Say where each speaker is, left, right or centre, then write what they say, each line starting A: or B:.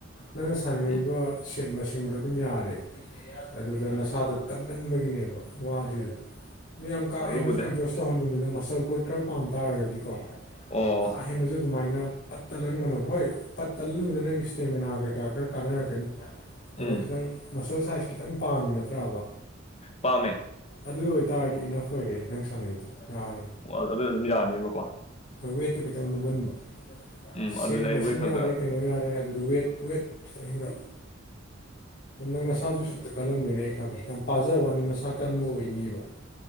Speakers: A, on the left; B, on the left.
A: ꯅꯪꯅ ꯁꯥꯟꯅꯔꯤꯕ
B: ꯎꯝ
A: ꯁꯦꯠ ꯃꯁꯤꯡꯗꯣ ꯑꯗꯨꯝ ꯌꯥꯔꯦ ꯑꯗꯨꯗ ꯅꯁꯥꯗꯣ ꯀꯟꯃꯟꯕꯒꯤꯅꯦꯕ ꯋꯥꯗꯔꯤꯗꯣ ꯌꯥꯝ ꯀꯥ
B: ꯑꯗꯨꯕꯨꯗꯤ
A: ꯍꯦꯟꯅꯁꯨ ꯑꯦꯛꯖꯣꯁ
B: ꯍ-
A: ꯇꯧꯍꯜꯂꯨꯅꯤꯗꯣ ꯃꯁꯜ ꯒ꯭ꯔꯣꯠ ꯈꯔ ꯄꯥꯝ ꯇꯥꯔꯒꯗꯤ ꯀꯣ
B: ꯑꯣ
A: ꯀꯥ ꯍꯦꯟꯅꯁꯨ ꯑꯗꯨꯃꯥꯏꯅ ꯄꯠ ꯇꯠꯍꯟꯒꯅꯣꯕ ꯍꯣꯏ ꯄꯠ ꯇꯠꯍꯟꯕꯗꯨ ꯅꯪꯒꯤ ꯏꯁꯇꯦꯃꯤꯅꯥ ꯀꯩꯀꯥ ꯈꯔ ꯀꯥꯟꯅꯔꯛꯀꯅꯤ
B: ꯎꯝ
A: ꯑꯗꯣ ꯈꯤꯇꯪ ꯃꯁꯜ ꯁꯥꯏꯖ ꯈꯤꯇꯪ ꯄꯥꯝꯃꯤ ꯅꯠꯇ꯭ꯔꯕ
B: ꯄꯥꯝꯃꯦ
A: ꯑꯗꯨ ꯑꯣꯏꯇꯥꯔꯗꯤ ꯏꯅꯐ ꯑꯣꯏꯔꯦ ꯅꯪ ꯁꯥꯟꯅꯩꯗꯣ ꯌꯥꯔꯦ
B: ꯑꯗꯨ ꯑꯗꯨꯝ ꯌꯥꯅꯦꯕꯀꯣ
A: ꯋꯦꯠꯇꯨ ꯈꯤꯇꯪ ꯂꯨꯝꯍꯟꯕ
B: ꯎꯝ
A: ꯁꯦꯠ
B: ꯑꯗꯨꯅ
A: ꯃꯁꯤꯡ
B: ꯑꯩ ꯋꯦꯠ ꯈꯒ
A: ꯌꯥꯔꯦ ꯀꯩꯅꯣ ꯌꯥꯔꯦ ꯑꯗꯨ ꯑꯗꯨ ꯋꯦꯠ ꯋꯦꯠ ꯈꯤꯇꯪ ꯍꯦꯟꯒꯠꯂꯨ ꯅꯪ ꯅꯁꯥꯁꯨ ꯁꯨꯠꯇ ꯀꯜꯂꯝꯗꯣꯏꯅ ꯑꯩ ꯈꯪꯉꯦ ꯌꯥꯝ ꯄꯥꯖꯕꯩ ꯋꯥꯅꯤ ꯅꯁꯥ ꯀꯟꯕ ꯑꯣꯏꯅꯤꯕ